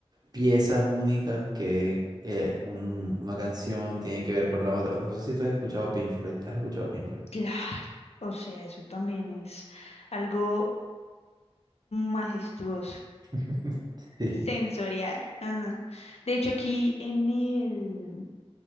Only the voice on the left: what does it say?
Claro. O sea, eso también es algo majestuoso,
sensorial. Ajá. De hecho, aquí en el...